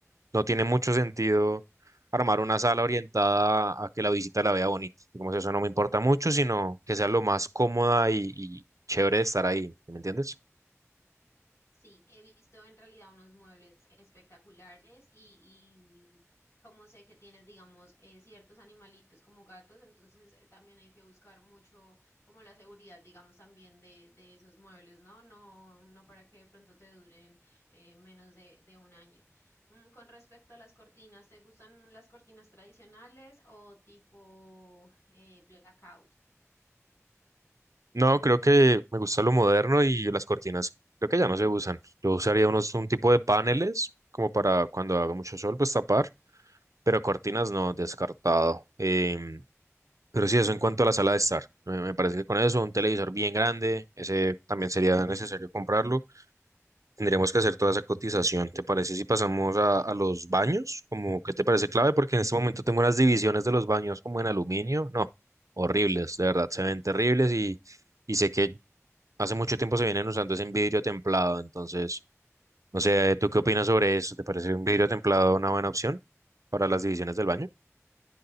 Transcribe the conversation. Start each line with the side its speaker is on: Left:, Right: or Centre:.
Right: no tiene mucho sentido armar una sala orientada a que la visita la vea bonita. Digamos, eso no me importa mucho, sino que sea lo más cómoda y, y chévere de estar ahí, ¿sí? ¿me entiendes?
Left: Sí, he visto en realidad unos muebles espectaculares y, y como sé que tienes, digamos, eh, ciertos animalitos como gatos, entonces eh, también hay que buscar mucho como la seguridad, digamos, también de, de esos muebles, ¿no? No, no para que de pronto te duren eh, menos de, de un año. Mm, con respecto a las cortinas, ¿te gustan las cortinas tradicionales o tipo eh, blackout?
Right: No, creo que me gusta lo moderno y las cortinas creo que ya no se usan. Yo usaría unos, un tipo de paneles como para cuando haga mucho sol, pues tapar, pero cortinas no, descartado. Em, pero sí, eso en cuanto a la sala de estar. Me, me parece que con eso, un televisor bien grande, ese también sería necesario comprarlo. Tendríamos que hacer toda esa cotización. ¿Te parece si pasamos a, a los baños? Como, ¿qué te parece clave? Porque en este momento tengo unas divisiones de los baños como en aluminio. No, horribles, de verdad, se ven terribles y... Y sé que hace mucho tiempo se vienen usando ese vidrio templado, entonces, no sé, ¿tú qué opinas sobre eso? ¿Te parece un vidrio templado una buena opción para las divisiones del baño?